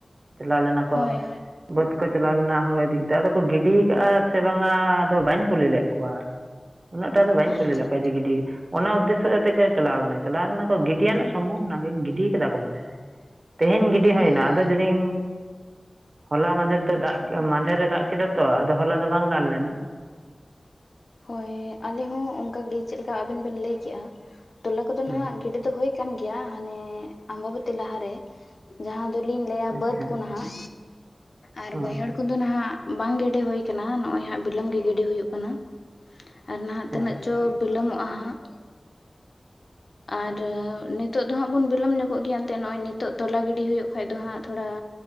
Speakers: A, on the right (about 55°); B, on the left (about 70°).
A: ᱪᱟᱞᱟᱣ ᱞᱮᱱᱟ ᱠᱚ,
B: ᱦᱳᱭ ᱦᱳᱭ
A: ᱵᱟᱹᱫᱽ ᱠᱚ ᱪᱟᱞᱟᱣ ᱞᱮᱱᱟ ᱦᱚᱲ ᱤᱫᱤ ᱠᱟᱛᱮᱜ ᱟᱫᱚ ᱠᱚ ᱜᱤᱰᱤ ᱠᱟᱜᱼᱟ ᱥᱮ ᱵᱟᱝᱟ ᱟᱫᱚ ᱵᱟᱹᱧ ᱠᱩᱞᱤ ᱞᱮᱫ ᱠᱚᱣᱟ ᱟᱫᱚ, ᱩᱱᱟᱹᱜ ᱴᱟᱜ ᱫᱚ ᱵᱟᱹᱧ
B: ᱟᱪᱪᱷᱟ
A: ᱠᱩᱞᱤ ᱞᱮᱫ ᱠᱚᱣᱟ ᱡᱮ ᱜᱤᱰᱤ ᱚᱱᱟ ᱩᱫᱽᱫᱮᱥᱥᱚ ᱠᱟᱛᱮᱜ ᱠᱚ ᱪᱟᱞᱟᱣ ᱠᱟᱱᱟᱭ, ᱪᱟᱞᱟᱣ ᱞᱮᱱᱟ ᱠᱚ ᱜᱤᱰᱤ ᱨᱮᱱᱟᱜ ᱥᱚᱢᱵᱷᱚᱵ ᱚᱱᱟᱜᱮ ᱜᱤᱰᱤ ᱠᱟᱫᱟ ᱠᱚ ᱢᱚᱱᱮ ᱦᱚᱭ᱾ ᱛᱮᱦᱮᱧ ᱜᱤᱰᱤ ᱦᱩᱭᱱᱟ,
B: ᱦᱳᱭ
A: ᱟᱫᱚ ᱡᱩᱫᱤᱧ ᱦᱚᱞᱟ ᱢᱟᱸᱫᱷᱮᱨ ᱫᱚ ᱫᱟᱜ, ᱢᱟᱸᱦᱫᱮ ᱨᱮ ᱫᱟᱜ ᱠᱮᱫᱟ ᱛᱚ ᱟᱫᱚ ᱦᱚᱞᱟ ᱫᱚ ᱵᱟᱝ ᱜᱟᱱ ᱞᱮᱱᱟ᱾
B: ᱦᱚᱭ, ᱟᱞᱮ ᱦᱚᱸ ᱚᱝᱠᱟᱜᱤ ᱪᱮᱫᱞᱮᱠᱟ ᱟᱵᱮᱱ ᱵᱮᱱ ᱞᱟᱹᱭ ᱠᱮᱜᱼᱟ᱾ ᱛᱚᱞᱟ ᱠᱚᱫᱚ
A: ᱦᱩᱸ
B: ᱱᱟᱦᱟᱜ ᱜᱤᱰᱤ ᱫᱚ ᱦᱩᱭ ᱠᱟᱱ ᱜᱮᱭᱟ, ᱦᱟᱱᱮ ᱟᱸᱢᱵᱟᱵᱚᱛᱤ ᱞᱟᱦᱟᱨᱮ ᱡᱟᱦᱟᱸ ᱫᱚᱞᱤᱧ ᱞᱟᱹᱭᱟ
A: ᱟᱪᱪᱷᱟ
B: ᱵᱟᱹᱫᱽ ᱠᱚ ᱱᱟᱦᱟᱜ ᱟᱨ
A: ᱦᱳᱭ
B: ᱵᱟᱹᱭᱦᱟᱹᱲ ᱠᱚᱫᱚ ᱱᱟᱦᱟᱜ ᱵᱟᱝ ᱜᱮᱰᱮ ᱦᱩᱭ ᱠᱟᱱᱟ, ᱱᱚᱜᱼᱚᱭ ᱦᱟᱸᱜ ᱵᱤᱞᱚᱢ ᱜᱤ ᱜᱤᱰᱤ ᱦᱩᱭᱩᱜ ᱠᱟᱱᱟ᱾ ᱟᱨ ᱱᱟᱦᱟᱜ
A: ᱟᱪᱪᱷᱟ
B: ᱛᱤᱱᱟᱹᱜ ᱪᱚ ᱵᱤᱞᱚᱢᱚᱜᱼᱟ ᱦᱟᱸᱜ, ᱟᱨ
A: ᱦᱳᱭ
B: ᱱᱤ ᱱᱤᱛᱚᱜ ᱫᱚ ᱦᱟᱸᱜ ᱵᱚᱱ ᱵᱤᱞᱚᱢ ᱧᱚᱜᱚᱜ ᱜᱮᱭᱟ, ᱮᱱᱛᱮᱜ ᱱᱚᱜᱼᱚᱭ ᱱᱤᱛᱚᱜ ᱛᱚᱞᱟ ᱜᱤᱰᱤ ᱦᱩᱭᱩᱜ ᱠᱷᱟᱡ ᱫᱚ ᱦᱟᱸᱜ ᱛᱷᱚᱲᱟ᱾